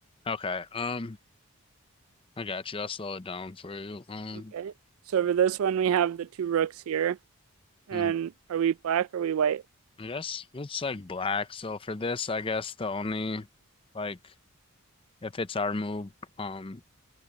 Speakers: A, on the left; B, on the right.
A: Okay. Um, I got you. I'll slow it down for you. Um,
B: Okay. So for this one, we have the two rooks here, and
A: mm,
B: are we black or are we white?
A: I guess it's like black. So for this, I guess the only like if it's our move, um,